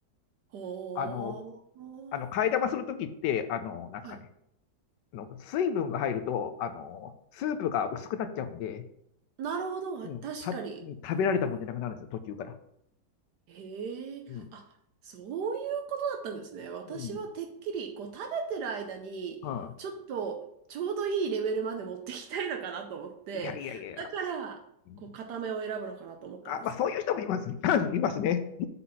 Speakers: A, on the right (about 70°); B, on the left (about 80°).
A: ほー。
B: あの、あの、替え玉するときって、あの、なんすかね、
A: はい
B: あの、水分が入ると、あの、スープが薄くなっちゃうんで、
A: なるほど。
B: うん、
A: 確かに。
B: た、食べられたもんじゃなくなるんですよ、途中から。
A: へえ、
B: うん。
A: あ、そういうことだったんですね。私はてっきり、
B: うん。
A: こう、食べてる間に、
B: うん。
A: ちょっと、ちょうどいいレベルまで持っていきたいのかなと思って、
B: いやいやいやいや。
A: だから、
B: うん
A: こう、固めを選ぶのかなと思ったんですけど。
B: あ、まあ、そういう人もいます。<coughs> <clears throat> いますね。